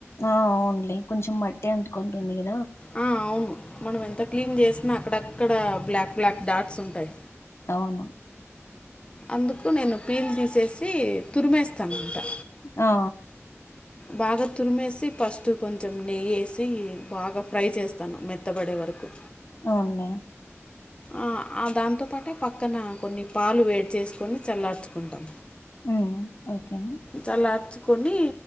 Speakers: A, on the left; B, on the left.
A: ఆ ఆవున్లే కొంచం మట్టి అంటుకుంటుందిగా
B: ఆ అవును మనం ఎంత క్లీన్ చేసినా అక్కడక్కడ బ్లాక్, బ్లాక్ డాట్స్ ఉంటాయి.
A: అవును
B: అందుకు నేను పీలు తీసేసి తురిమేస్తానఅంతా
A: ఆ ఆ
B: బాగా తురిమేసి ఫస్ట్ కొంచం నెయ్యేసి బాగా ఫ్రై చేస్తాను మెత్తబడే వరకు
A: అవునులే
B: ఆ ఆ దాంతోపాటే పక్కన కొన్ని పాలు వేడి చేసుకొని చల్లార్చుకుంటా
A: ఉమ్ ఒకె
B: చలారుచుకొని